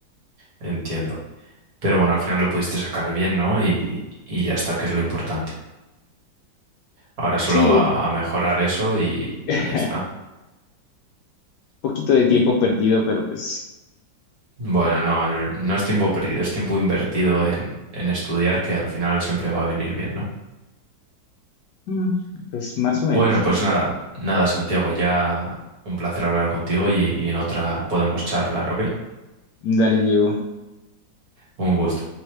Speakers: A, on the right; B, on the left.
A: entiendo. Pero bueno, al final lo pudiste sacar bien, ¿no? Y, y ya está, que es lo importante. Ahora solo
B: sí,
A: a, a mejorar eso y,
B: <laughs>
A: y ya está.
B: poquito de tiempo
A: Y
B: perdido, pero pues,
A: bueno, no, el- no es tiempo perdido, es tiempo invertido en, en estudiar que al final siempre va a venir bien, ¿no?
B: mm, pues más o menos.
A: Bueno, pues nada, nada, Santiago, ya un placer hablar contigo y, y en otra podemos charlar, ¿ok?
B: Dale, Diego.
A: Un gusto.